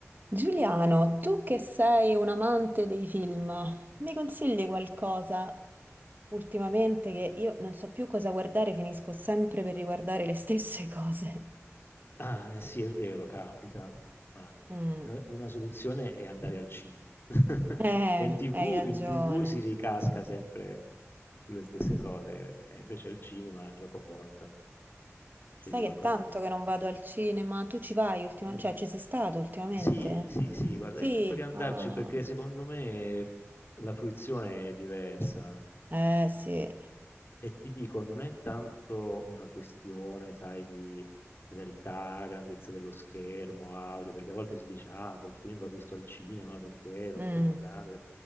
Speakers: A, on the right; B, on the left.
A: Giuliano, tu che sei un amante dei film, mi consigli qualcosa ultimamente che io non so più cosa guardare, finisco sempre per riguardare le stesse <laughs> cose.
B: Ah, eh sì, è vero, capita, ma
A: Mm.
B: una una soluzione è andare al cinema. <laughs> Perché
A: Eh,
B: in TV
A: hai ragione.
B: in TV si ricasca sempre sulle stesse cose, e invece al cinema giocoforza, insomma, scegli
A: Sai
B: qualcosa
A: che è tanto
B: di
A: che non vado al cinema, tu ci vai ultimamente,
B: mh.
A: cioè ci sei stato ultimamente?
B: Sì, sì, sì, guarda,
A: Sì,
B: io cerco di andarci
A: ah.
B: perché secondo me la fruizione è diversa.
A: Eh sì,
B: E ti dico, non è tanto una questione, sai, di fedeltà, grandezza dello schermo, audio, perché a volte si dice, ah, quel film va visto al cinema perché lo
A: Mm,
B: schermo grande